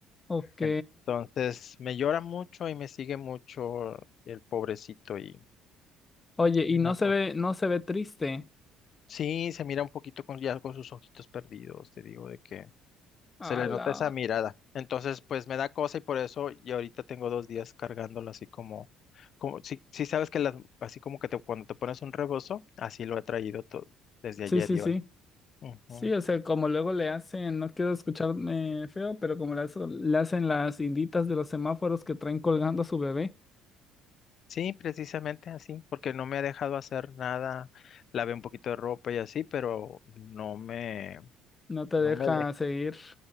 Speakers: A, on the left; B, on the left.
A: Ok.
B: Entonces, me llora mucho y me sigue mucho el pobrecito y
A: Oye, y
B: me
A: no
B: da
A: se
B: cosa.
A: ve, no se ve triste.
B: Sí, se mira un poquito con, ya con sus ojitos perdidos, te digo, de que Se
A: A
B: le nota
A: la...
B: esa mirada. Entonces, pues me da cosa y por eso y ahorita tengo dos días cargándolo así como, como si, si sabes que las, así como que te, cuando te pones un rebozo, así lo he traído to- desde
A: Sí,
B: ayer
A: sí,
B: y
A: sí.
B: hoy. Ujú.
A: Sí, o sea, como luego le hacen, no quiero escucharme feo, pero como le, hace- le hacen las inditas de los semáforos que traen colgando a su bebé,
B: Sí, precisamente así, porque no me ha dejado hacer nada. Lavé un poquito de ropa y así, pero no me,
A: no te
B: no
A: deja
B: me deja.
A: seguir.